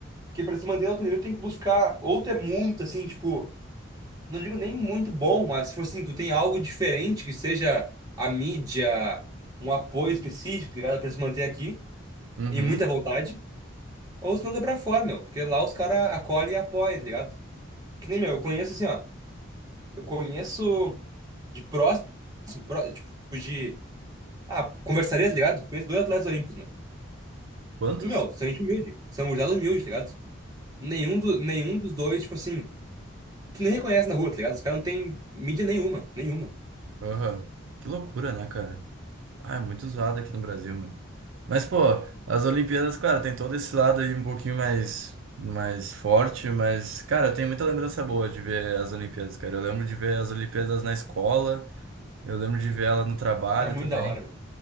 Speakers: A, on the right; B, on the right.
A: porque pra se manter em alto nível tem que buscar, ou tu é muito, assim, tipo, não digo nem muito bom, mas, tipo assim, tu tem algo diferente que seja a mídia, um apoio específico, tá ligado? Pra se manter aqui,
B: Uhum.
A: e muita vontade, ou se não dá pra fora, meu, porque lá os caras acolhem e apoiam, tá ligado? Que nem, meu, eu conheço assim, ó, eu conheço de próximo, pró- tipo, de, ah, conversaria, tá ligado? Conheço dois atletas olímpicos, meu.
B: Quantos?
A: E, meu, são gente humilde. São gurizada humilde, tá ligado? Nenhum, do, nenhum dos dois, tipo assim, tu nem reconhece na rua, tá ligado? Os caras não têm mídia nenhuma, nenhuma.
B: Aham. Que loucura, né, cara? Ah, é muito usado aqui no Brasil, mano. Mas, pô, as Olimpíadas, claro, tem todo esse lado aí um pouquinho mais, mais forte, mas, cara, tem muita lembrança boa de ver as Olimpíadas, cara. Eu lembro de ver as Olimpíadas na escola, eu lembro de ver ela no trabalho
A: É muito
B: também.
A: da hora, meu.